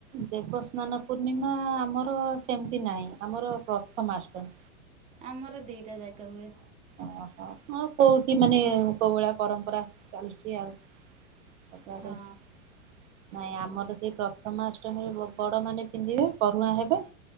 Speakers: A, on the right; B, on the right.
A: ଦେବସ୍ନାନ ପୂର୍ଣ୍ଣିମା ଆମର ସେମିତି ନାହିଁ ଆମର ପ୍ରଥମାଷ୍ଟମୀ।
B: ଆମର ଦିଟା ଯାକ ହୁଏ।
A: ଓହୋ ହଁ କୋଉଠି ମାନେ କଉଭଳିଆ ପରମ୍ପରା ଚାଲିଛି ଆଉ। <unintelligible>
B: ହଁ
A: ନାଇଁ ଆମର ସେଇ ପ୍ରଥମା ଅଷ୍ଟମୀରେ ବଡ଼ ମାନେ ପିନ୍ଧିବେ ପରୁହାଁ ହେବେ।